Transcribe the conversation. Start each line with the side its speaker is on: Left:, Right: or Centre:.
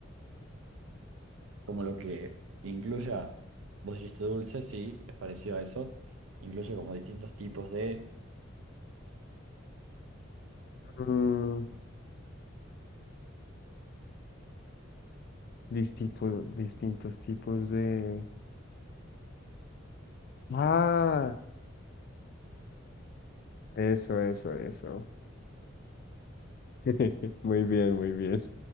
Right: Como lo que incluya, vos dijiste dulce, sí, es parecido a eso. Incluye como distintos tipos de,
Left: Mm, distipo- distintos tipos de. Ah, Eso, eso, eso. <laughs> Muy bien, muy bien.